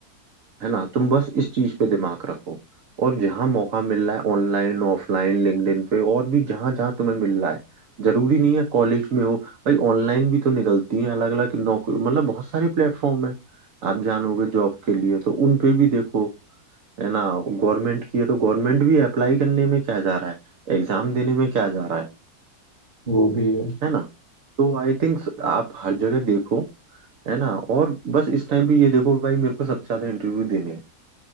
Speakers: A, on the right; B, on the right.
A: है ना तुम बस इस चीज पे दिमाग रखो और जहां मौका मिल रहा है ऑनलाइन ऑफलाइन लिंक्डइन पे और भी जहां जहां तुम्हें मिल रहा है जरूरी नहीं है कॉलेज में हो भाई ऑनलाइन भी तो निकलती है अलग अलग नौकरी मतलब बहुत सारे प्लेटफॉर्म है आप जानोगे जॉब के लिए तो उन पे भी देखो है ना गवर्नमेंट की है तो गवर्नमेंट भी अप्लाई करने में क्या जा रहा है एग्जाम देने में क्या जा रहा है
B: वो भी है
A: है ना तो आई थिंक आप हर जगह देखो है ना और बस इस टाइम पे ये देखो भाई मेरे को सबसे ज्यादा इंटरव्यू देने हैं